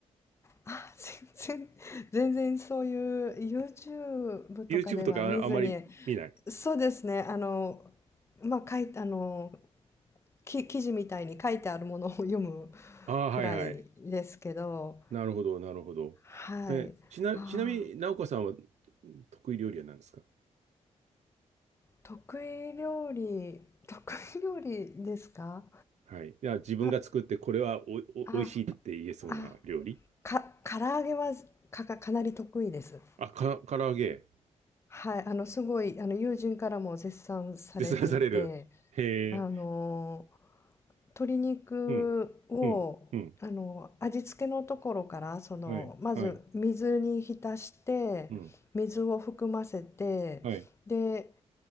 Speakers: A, on the left (about 20°); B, on the right (about 70°).
A: あ、全然、<laughs> 全然そういう YouTube とかでは見ずに、
B: ?YouTube とかああまり見ない。
A: そうですね、あの、まあ、かい、あの、き記事みたいに書いてあるものを読む
B: ああ、はいはい。
A: くらいですけど、
B: なるほど、なるほど。
A: はい。
B: え、ちな、
A: ああ、
B: ちなみに、直子さんは得意料理は何ですか
A: 得意料理、得意料理ですか
B: はい。いや、自分が作ってこれはお、
A: な、あ、
B: お、おいしいって言えそうな料理
A: あ、か、唐揚げはか、か、かなり得意です。
B: あ、か、唐揚げ。
A: はい、あの、すごい、あの、友人からも絶賛されていて、
B: 絶賛される。へえ。
A: あの鶏肉をあの味付けのところからそのまず水に浸して水を含ませてで
B: うん。うん。うん。はい。はい。うん。はい。